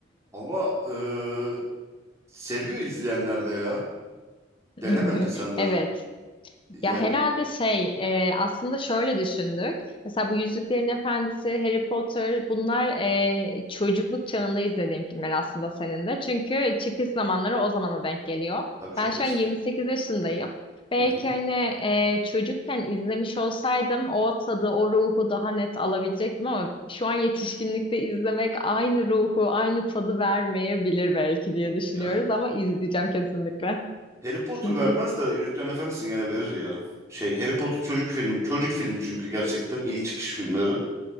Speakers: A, on the right; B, on the left.
A: Ama ee, seviyor izleyenler de ya.
B: <laughs>
A: Dene bence sen de.
B: Evet.
A: Yani
B: Ya herhalde şey e, aslında şöyle düşündük. Mesela bu Yüzüklerin Efendisi, Harry Potter bunlar e, çocukluk çağında izlediğim filmler aslında senin de. Çünkü çıkış zamanları o zamana denk geliyor.
A: tabii çok
B: Ben şu
A: eski.
B: an 28 yaşındayım. Belki
A: Hı hı.
B: hani e, çocukken izlemiş olsaydım o tadı, o ruhu daha net alabilecektim ama şu an yetişkinlikte izlemek aynı ruhu, aynı tadı vermeyebilir belki diye düşünüyoruz
A: Ya
B: ama izleyeceğim kesinlikle.
A: Harry Potter
B: <laughs>
A: vermez de Yüzüklerin Efendisi gene verir ya. Şey Harry Potter çocuk filmi. Çocuk filmi çünkü gerçekten ilk çıkış filmleri.